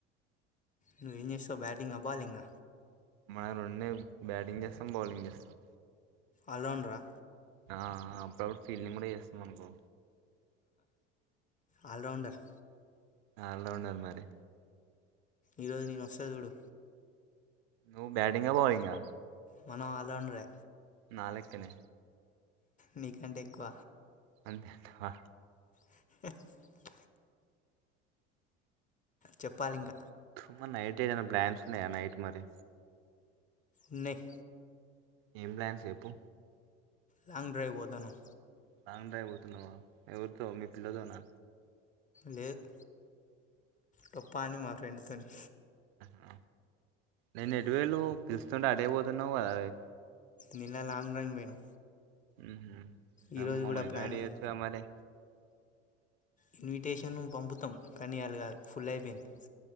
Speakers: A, on the left; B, on the right.
A: నువ్వు ఏం చేస్తావు బ్యాటింగ్ ఆ బాలింగ్
B: మనం రెండు బ్యాటింగ్ చేస్తాం బౌలింగ్ చేస్తాం
A: అలన్రా
B: ఆ అప్పుడప్పుడు ఫీల్డింగ్ కూడా చేస్తాం అనుకో
A: ఆల రౌండ్డర్
B: ఆల్ రౌండర్ మరి
A: ఈరోజు నేను వస్తా చూడు
B: నువ్వు బ్యాటింగ బౌలింగ
A: మనం అల్ రౌండరే
B: నాలక్కనే
A: నీ కంటే ఎక్కువ
B: తె అంటవా
A: <unintelligible> చెప్పాలింగ
B: మ్ నైట్ ఏదనా బ్లాన్స్ ఉన్నాయా నైట్ మరి
A: ఉన్నయ్
B: ఏం ప్లాన్ సేపు
A: లాంగ్ డ్రైవ్ ఓదానమ్
B: లాంగ్ డ్రైవ్ వోతున్నావా ఎవరితో మీ పిల్లతోనా
A: లేద్ గొప్ప అని మా ఫ్రెండ్తోని
B: ఆ, నేను ఎటువేళ్ళు పిలుస్తుంటే అడేపోతున్నావు కదవి
A: నిన్న లాంగ్ డ్రైవింగ్ పోయినాం
B: ఉహు
A: ఈరోజు
B: మమ్మీని
A: కూడా ప్లాన్
B: ఏడిచ్చగ
A: ఉంది
B: మరి
A: ఇన్విటేషను పంపుతాం కానీ అళ్ళ కాదు ఫుల్ అయిపోయింది